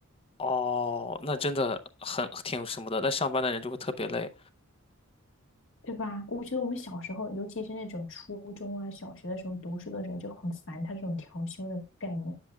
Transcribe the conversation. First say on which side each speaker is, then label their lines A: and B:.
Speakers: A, on the left; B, on the left.
A: 哦，那真的很挺什么的，但上班的人就会特别累。
B: 对吧？我觉得我们小时候，尤其是那种初中啊、小学的时候读书的时候就很烦他这种调休的概念，